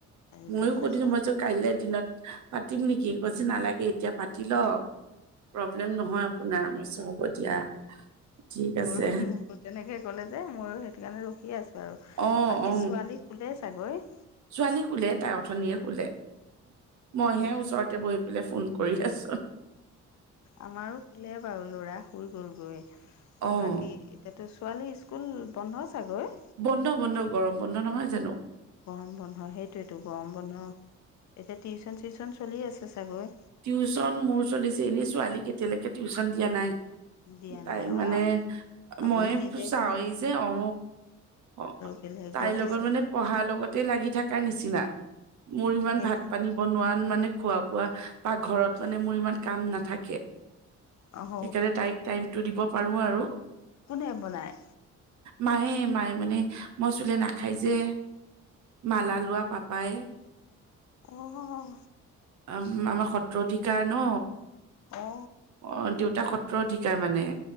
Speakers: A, on the left; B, on the right.
A: হেৰি
B: ময়ো
A: কৰি পেলাই
B: কৈছো
A: চোৱা
B: মই যে। কাইলৈ দিনত পাতিম নেকি, কৈছে নালাগে এতিয়া পাতি ল। প্ৰব্লেম নহয় আপোনাৰ, মই কৈছোঁ হ'ব দিয়া। ঠিক আছে
A: মোৰ মোকো তেনেকে ক'লে যে ময়ো সেইটো কাৰণে ৰখি আছো আৰু
B: অ
A: বাকী
B: অ
A: ছোৱালী। শুলে চাগৈ।
B: ছোৱালী শুলে, তাই অথনিয়ে শুলে মইহে
A: সেই
B: ওচৰতে বহি। মোলে ফোন কৰি আছ।
A: আমাৰো শুলে বাৰু ল'ৰা শুই গ'লগৈ
B: অ
A: বাকী। এতিয়াটো ছোৱালী স্কুল বন্ধ চাগৈ।
B: বন্ধ, বন্ধ গৰম বন্ধ নহয় জানো।
A: গৰম বন্ধ সেইটোৱেতো, গৰম বন্ধ এতিয়া টিউচন চিউচন চলি আছে চাগৈ।
B: টিউচন মোৰ চলিছে এনেই ছোৱালীক এতিয়ালৈকে টিউচন দিয়া নাই।
A: দিয়া
B: তাইক
A: নাই
B: মানে
A: অ আপুনি
B: মই
A: নিজে
B: চাওঁৱেই
A: চব
B: যে অ অ।
A: এ ল হে
B: তাইৰ
A: ততিছেল।
B: লগত মানে পঢ়াৰ লগতে লাগি থকাৰ নিচিনা মোৰ ইমান
A: সেই
B: ভাত পানী বনোৱাত মানে। খোৱা বোৱা বা ঘৰত মানে মোৰ ইমান কাম নাথাকে
A: অহ
B: সেইকাৰণে তাইক। টাইম টো দিব পাৰো আৰু।
A: কোনে বনায়।
B: মায়ে মায়ে মানে মই চুলে নাখাই যে। মালা লোৱা পাপাই।
A: অ অহ।
B: আমাৰ সত্ৰ অধিকাৰ ন।
A: অ
B: অ দেউতাক সত্ৰ অধিকাৰ মানে